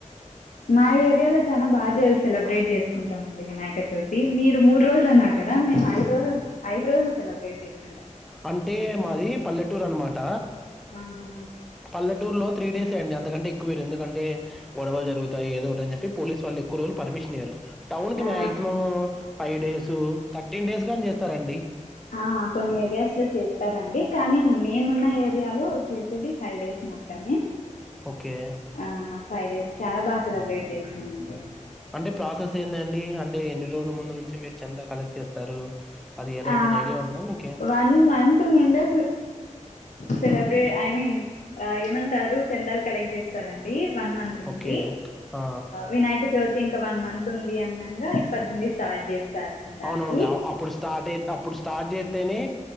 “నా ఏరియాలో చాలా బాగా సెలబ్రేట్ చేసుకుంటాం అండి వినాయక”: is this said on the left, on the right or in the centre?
Left